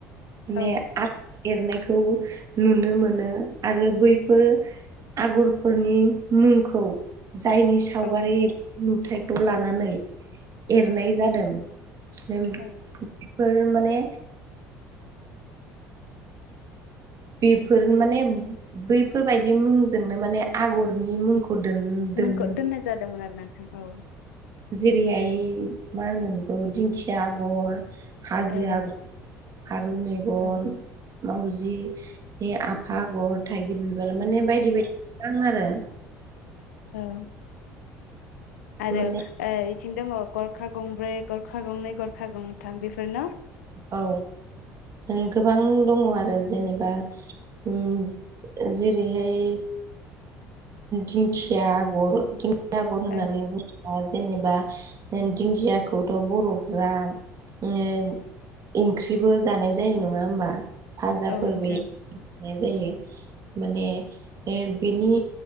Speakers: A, on the right; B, on the left.
A: ने
B: औ
A: आ एरनायखौ नुनो मोनो आरो बैफोर आगरफोरनि मुंखौ जायनि सावगारि
B: औ
A: नुथायखौ लानानै एरनाय जादों बेफोर
B: औ
A: माने बेफोर माने बैफोरबायदि मुंजोंनो माने आगरनि मुंखौ दोन दोन
B: नोंखौ दोननाय जादोंमोन आरो नोंथां औ।
A: जेरैहाय मा होनगोन बेखौ दिंखिया आगर हाजो
B: औ
A: आगर फारौ मेगन,
B: औ
A: मावजिनि आफा आगर थाइगिर बिबार माने बायदि बायदि दं आरो।
B: ओ आरो
A: माने
B: बिथिं दङ गरखा गंब्रै गरखा गंनै गरखा गंथाम बेफोर न?
A: औ नों गोबां दङ आरो जेनेबा उम जेरैहाय दिंखिया आगर दिंखिया आगर होननानै
B: औ
A: बुं ओ जेनेबा दिंखियाखौथ' बर'फ्रा ओ ओंख्रिबो जानाय जायो नङा होमबा? फाजा
B: औ
A: फोरबो
B: नोंथां
A: जायो माने ए बे बिनि